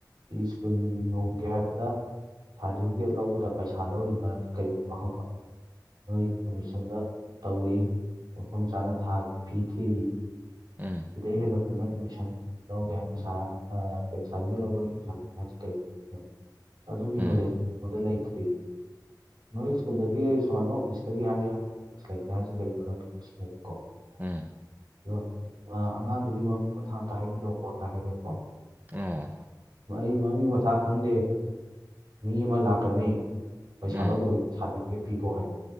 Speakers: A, on the right; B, on the right.
A: ꯁ꯭ꯀꯨꯜ ꯍꯣꯡꯒꯦ ꯍꯥꯏꯕꯗ ꯁꯥꯔꯗꯤꯕꯤꯒꯦꯠ ꯂꯧꯕꯗ ꯄꯩꯁꯥ ꯂꯧꯔꯤ ꯃꯔꯝꯁꯤ ꯀꯔꯤꯒꯤꯅꯣ ꯍꯪꯕ ꯃꯣꯏ ꯑꯦꯃꯤꯁꯟꯗ ꯇꯧꯔꯤ ꯃꯐꯝ ꯆꯥꯅ ꯊꯥꯒꯤ ꯐꯤ ꯊꯤꯔꯤ
B: ꯎꯝ
A: ꯁꯤꯗꯩ ꯍꯦꯟꯅ ꯁꯤꯗ ꯅꯣꯏ ꯑꯦꯗꯃꯤꯁꯟ ꯂꯧꯒꯦ ꯍꯥꯏ ꯄꯩꯁꯥ ꯑꯥ ꯁꯥꯔꯗꯤꯕꯤꯒꯦꯠ ꯂꯧꯕꯒꯤ ꯄꯩꯁꯥ ꯂꯧꯒꯦ ꯍꯥꯏꯁꯤ ꯀꯔꯤꯒꯤꯅꯣ <unintelligible> ꯑꯗꯨꯒꯤ
B: ꯎꯝ
A: ꯅꯣꯂꯦꯖ <unintelligible> ꯂꯩꯇ꯭ꯔꯤ ꯅꯣꯏ ꯁ꯭ꯀꯨꯜꯗꯒꯤ ꯁꯨꯃꯥꯏꯅ ꯑꯣꯐꯤꯁꯇꯒꯤ ꯍꯥꯏꯔꯤꯑꯦ <unintelligible> ꯅꯣꯂꯦꯖ ꯂꯩꯇꯦ ꯍꯥꯏꯔꯤꯁꯦ ꯀꯔꯤ ꯃꯔꯝꯒꯤꯅꯣ ꯁꯤꯅꯦꯕꯀꯣ
B: ꯎꯝ ꯎꯝ
A: ꯑꯗꯣ ꯑꯉꯥꯡꯗꯨꯒꯤ ꯃꯃꯤꯡ ꯃꯊꯥ ꯑꯝꯇ ꯍꯥꯏꯕꯤꯔꯛꯑꯣꯕ ꯀ ꯍꯥꯏꯔꯛꯑꯦꯕꯀꯣ
B: ꯑꯥ
A: ꯑꯩ ꯃꯃꯤꯡ ꯃꯊꯥ ꯈꯪꯗꯦ ꯃꯤ ꯑꯃ ꯂꯥꯛꯀꯅꯤ ꯄꯩꯁꯥ
B: ꯎꯝ ꯎꯝ
A: ꯂꯧꯗꯕꯤꯗ ꯁꯥꯔꯗꯤꯕꯤꯒꯦꯠ ꯄꯤꯒꯣ ꯍꯥꯏꯕ